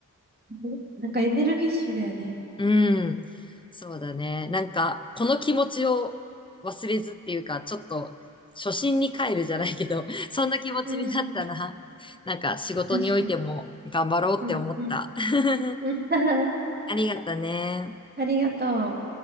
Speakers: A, on the right; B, on the left.
A: ね、なんかエネルギッシュだよね。
B: うん、そうだね。なんかこの気持ちを忘れずっていうか、ちょっと初心に帰るじゃないけど、<laughs> そんな気持ちになったな。
A: うんうん。
B: なんか仕事においても頑張ろうって思った。
A: 確かに。うんうん。
B: <laughs>
A: うん <laughs>
B: ありがとね。
A: ありがとう。